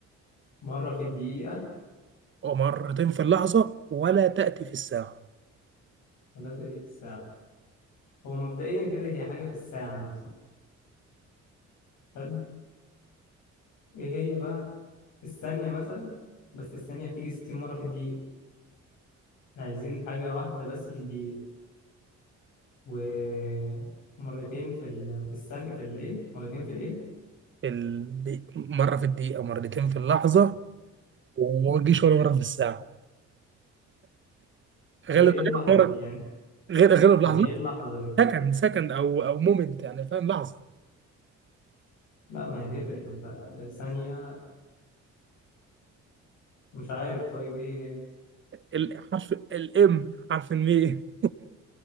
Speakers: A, on the left; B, on the right.
A: مرة في الدقيقة
B: ومرتين في اللحظه ولا تاتي في الساعه
A: ولا دي في الساعة هو مبدئيا كده هي حاجة في الساعة نفسها طب ايه هي بقى الثانية مثلا بس الثانية بتيجي 60 مرة في الدقيقة احنا عايزين حاجة واحدة بس في الدقيقة ومرتين في ال... في الثانية في الايه مرتين في الايه
B: الدي... مرة في الدقيقة مرتين في اللحظة وما تجيش ولا مرة في الساعة
A: هي
B: غالبا
A: ايه اللحظة
B: غالب مرة
A: دي يعني
B: غير غالب
A: يعني
B: لحظة
A: ايه اللحظة دي
B: سكند سكند أو أو مومنت يعني فاهم لحظة
A: لا ما هي تفرق ما انت ثانية مش عارف طيب ايه هي؟
B: الحرف الإم حرف المي <laughs>